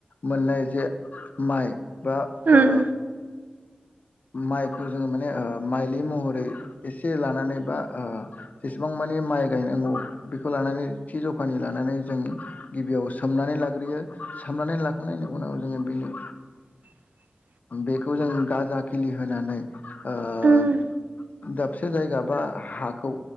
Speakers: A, on the left; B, on the right.
A: मोननाय जे माइ बा
B: उम
A: ओ माइखौ जोङो माने माइलि महरै एसे लानानै बा ओ जेसेबां माने माइ गायनांगौ बेखौ लानानै थि जखानि लानानै जों गिबियाव सोमनानै लाग्रोयो। साननानै लाखांनायनि उनाव जोङो बेनि
B: <inaudible>
A: बेखौ जों गाजा खिलि होनानै ओ
B: उम
A: दाबसे जायगा बा हाखौ